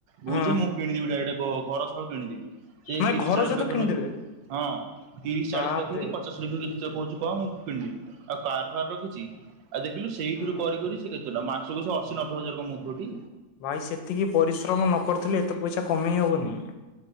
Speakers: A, on the right (about 80°); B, on the left (about 80°).
A: ବୁଝେ
B: ହଁ
A: ମୁଁ କିଣିଦିବି ଡାଇରେକ୍ଟ ଗ ଘର ସହ କିଣିଦେବୀ। ସେ
B: ନାଇଁ
A: ତିରିଶି
B: ଘର
A: ଚାଳିଶି
B: ସହିତ
A: ଲକ୍ଷ
B: କିଣିଦେବେ
A: ନଉ ହଁ ତିରିଶି
B: ବାପରେ
A: ଚାଳିଶି ଲକ୍ଷକି ପ ସିଏ ନିଜେ କହ ମୁଁ କିଣିବି ଆଉ କାର୍ ଫାର୍ ରଖିଚି ଆଉ ଦେଖିଲୁ ସେଇଥିରୁ
B: ହଁ।
A: କରି କରି ସେ କେତେ ଟଙ୍କା ମାସକୁ ସେ ଅଶୀ ନବେ ହଜାରେ କମଉଥିବଟି
B: ଭାଇ ସେତିକି ପରିଶ୍ରମ ନକରିଥିଲେ ଏତେ ପଇସା କମେଇ ହବନି।